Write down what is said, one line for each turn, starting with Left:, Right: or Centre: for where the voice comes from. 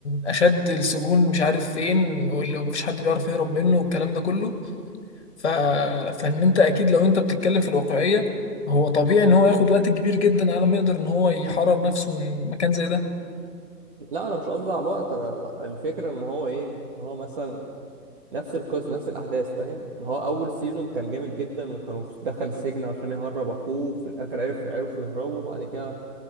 Left: اشد السجون مش عارف فين واللي مفيش حد بيعرف يهرب منه والكلام ده كله ف... فان انت اكيد لو انت بتتكلم في الواقعيه هو طبيعي ان هو ياخد وقت كبير جدا على ما يقدر ان هو يحرر نفسه من مكان زي ده
Right: لا انا مش قصدي على الوقت انا لا، الفكرة ان هو ايه إن هو مثلا نفس القصة نفس الاحداث فاهم ان هو اول سيزون كان جامد جدا وكانوا في- دخل السجن عشان يهرب اخوه في الاخر عرف عرفوا يهربوا بعد كده